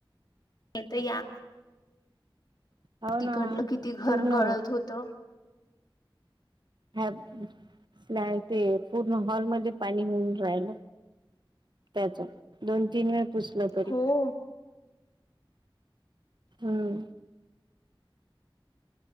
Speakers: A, on the left; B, on the right.
A: नाही त या
B: होना
A: तिकडलं किती घर
B: पूर्ण
A: गळत होत.
B: ह नाय ते पूर्ण हॉलमध्ये पाणी होऊन राहिलं त्याच दोन तीन वेळ पुसलं तरी
A: हो
B: हम्म